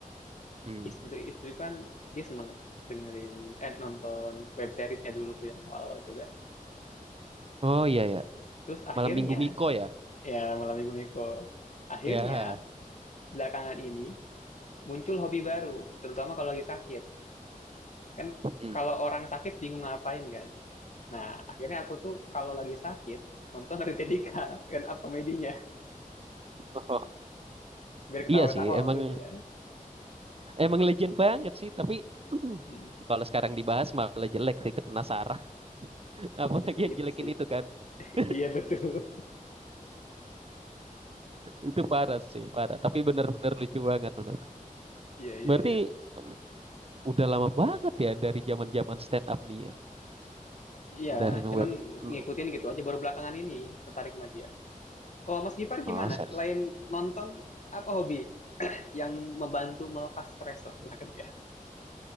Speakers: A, on the right; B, on the left.
A: Hmm.
B: Istri itu istri itu kan dia seneng dengerin eh nonton web seriesnya dulu tuh yang awal-awal itu kan.
A: Oh iya ya.
B: Terus akhirnya
A: Malam Minggu Miko ya.
B: ya malam minggu minggu akhirnya
A: Ya.
B: belakangan ini muncul hobi baru, terutama kalau lagi sakit. Kan
A: Hmm.
B: kalau orang sakit bingung ngapain kan. Nah, akhirnya aku tuh kalau lagi sakit, nonton dari Dika, kan apa komedinya,
A: Oh,
B: biar ketawa-ketawa
A: iya sih, emang
B: maksudnya.
A: emang legend banget sih, tapi <clears throat>
B: Hmm.
A: kalau sekarang dibahas malah jelek sih kena Sarah. <laughs> Apalagi
B: Nah,
A: yang
B: itu
A: jelekin
B: sih.
A: itu kan. <laughs>
B: Iya, betul.
A: Itu parah sih, parah. Tapi bener-bener lucu banget bener.
B: Iya, iya,
A: Berarti
B: iya.
A: mm, udah lama banget ya dari zaman-zaman stand up nih ya.
B: Iya,
A: Dari no
B: cuman
A: web
B: ngikutin
A: no.
B: gitu aja, baru belakangan ini tertarik sama dia. Kalau Mas Gipar
A: Oh,
B: gimana?
A: serius.
B: Selain nonton, apa hobi yang membantu melepas stres lah setelah kerja?